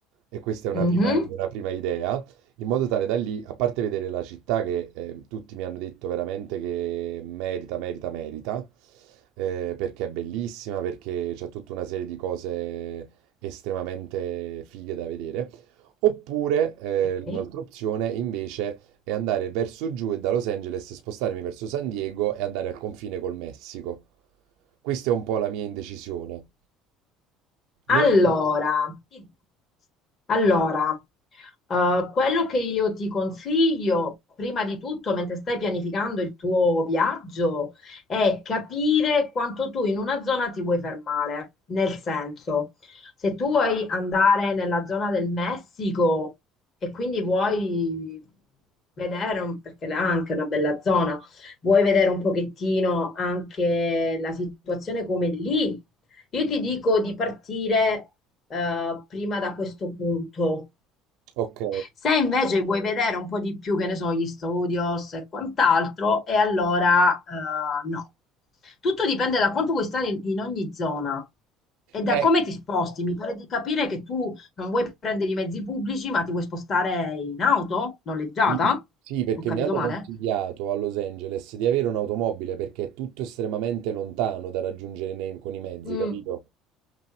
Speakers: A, on the right; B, on the left.
A: E questa è una
B: Mhm,
A: prima, una prima idea, in modo tale da lì, a parte vedere la città che eh, tutti mi hanno detto veramente che merita, merita, merita, eh, perché è bellissima, perché c'è tutta una serie di cose estremamente fighe da vedere. Oppure eh,
B: ok.
A: l'altra opzione invece è andare verso giù e da Los Angeles spostarmi verso San Diego e andare al confine col Messico. Questa è un po' la mia indecisione.
B: Allora,
A: Non so.
B: ti- allora, Eh, quello che io ti consiglio, prima di tutto, mentre stai pianificando il tuo viaggio, è capire quanto tu in una zona ti vuoi fermare. Nel senso, se tu vuoi andare nella zona del Messico e quindi vuoi vedere, un- perché là è anche una bella zona, vuoi vedere un pochettino anche la situazione come lì, io ti dico di partire eh, prima da questo punto.
A: Ok.
B: Se invece vuoi vedere un po' di più, che ne so, gli studios e quant'altro, e allora eh, no. Tutto dipende da quanto vuoi stare in, in ogni zona e da
A: Ecco,
B: come ti sposti. Mi pare di capire che tu non vuoi prendere i mezzi pubblici, ma ti vuoi spostare in auto noleggiata?
A: Sì, sì, perché
B: Ho capito
A: mi hanno
B: male?
A: consigliato a Los Angeles di avere un'automobile perché è tutto estremamente lontano da raggiungere nei- con i mezzi,
B: Mm,
A: capito?